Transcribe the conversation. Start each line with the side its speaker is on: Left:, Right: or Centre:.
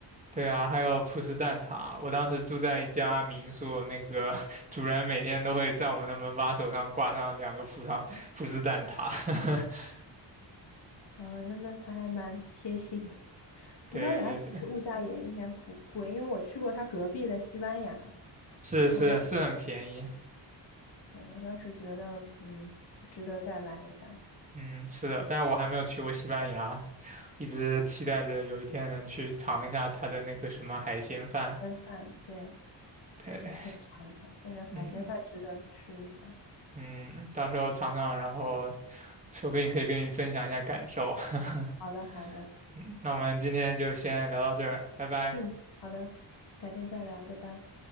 Right: 对啊，还有葡式蛋挞。我当时住在一家民宿，那个 <laughs> 主人每天都会在我们的门把手上挂上两个葡萄葡式蛋挞。<laughs>
Left: 啊，那那他还蛮 <laughs> 贴心的。<laughs> 葡萄牙其实物价也应该不贵，
Right: 对对对，
Left: 因为我去过他隔壁的西班牙，
Right: 是是是很便宜。
Left: 我当时对我当时觉得嗯值得再来一下，
Right: 嗯，是的，但我还没有去过西班牙，一直期待着有一天能去尝一下它的那个什么海鲜饭。
Left: 边饭对。
Right: 对，
Left: 尝一下，那个海鲜饭值得试一下。
Right: 嗯嗯，到时候尝尝，然后说不定可以跟你分享一下感受。<laughs>
Left: 好的，好的，
Right: 嗯，那我们今天就先聊到这儿，拜拜。
Left: 嗯，好的，改天再聊，拜拜。